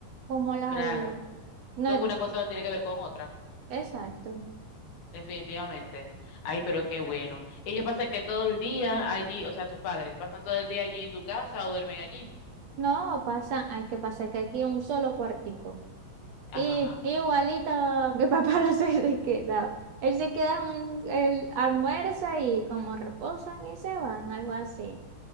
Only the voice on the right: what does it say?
¿cómo los
ayudo? No,
Exacto.
No, pasa, hay que pasa que aquí un solo cuartico. Y
igualito mi papá <laughs> no se se quedaba. Él se queda un, él almuerza y como reposan y se van, algo así.